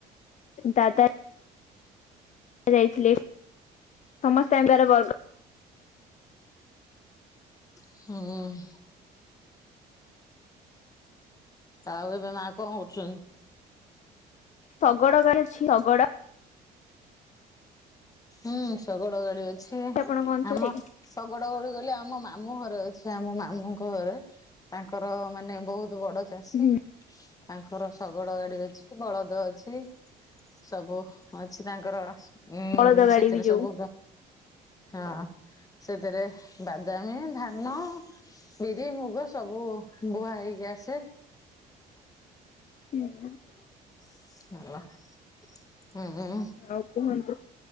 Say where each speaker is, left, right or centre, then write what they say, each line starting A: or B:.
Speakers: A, on the left; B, on the left.
A: ଦାଦା ଯାଇଥିଲେ ସମସ୍ତଙ୍କର ବର୍ଗ
B: ହୁଁ। ଆଉ ଏବେ ମା କଣ କରୁଛନ୍ତି?
A: ଶଗଡ <unintelligible> ଅଛି ଶଗଡ
B: ହୁଁ ଶଗଡ଼ ଗାଡି ଅଛି
A: ଆପଣଙ୍କ ଅଞ୍ଚଳରେ
B: ଆମ ଶଗଡ ଗଡି ଗଲେ ଆମ ମାମୁଁ ଘରେ ଅଛି ଆମ ମାମୁଁଙ୍କ ଘରେ ତାଙ୍କର ମାନେ ବହୁତ ବଡ ଚାଷୀ।
A: ହୁଁ
B: ତାଙ୍କର ଶଗଡ ଗାଡି ଅଛି ବଳଦ ଅଛି ସବୁ ଅଛି ତାଙ୍କର। ଉଁ
A: ବଳଦ ଗାଡ଼ି
B: ସେଥିରେ
A: ବି
B: ସବୁ
A: ଯୋଉ
B: ହଁ ସେଥିରେ ବାଦାମୀ ଧାନ ବିରି ମୁଗ ସବୁ ବୁହା ହେଇକି ଆସେ।
A: <unintelligible>
B: <unintelligible> ହୁଁ ହଁ।
A: ଆଉ କୁହନ୍ତୁ